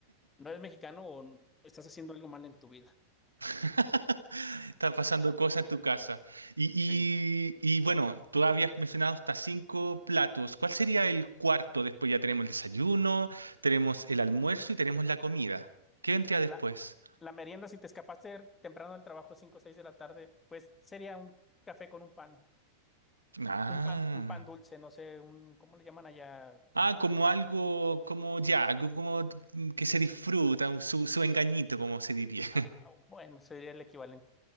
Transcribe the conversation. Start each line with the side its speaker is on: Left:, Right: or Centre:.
Left: ¿No eres mexicano o n- estás haciendo algo mal en tu vida?
Right: <laughs> Están pasando cosas en tu casa. Y, y,
Left: Sí.
Right: y bueno, tú habías mencionado hasta cinco platos. ¿Cuál sería el cuarto? Después ya tenemos el desayuno, tenemos el almuerzo y tenemos la comida. ¿Qué vendría después?
Left: La, la merienda, si te escapaste temprano del trabajo, 5 o 6 de la tarde, pues sería un café con un pan,
Right: Ah,
Left: un pan, un pan dulce, no sé, un, ¿cómo le llaman allá?
Right: ah, como
Left: Algo-
Right: algo, como ya, algo como que se disfruta, un- su, su engañito, como se diría.
Left: ah, bueno, sería el equivalente.